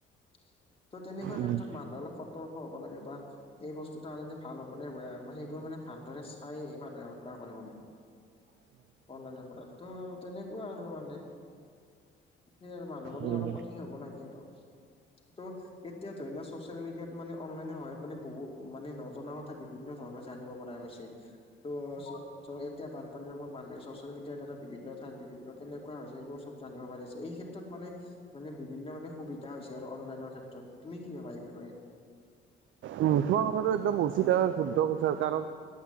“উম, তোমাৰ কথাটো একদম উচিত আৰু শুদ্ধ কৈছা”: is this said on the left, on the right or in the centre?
Right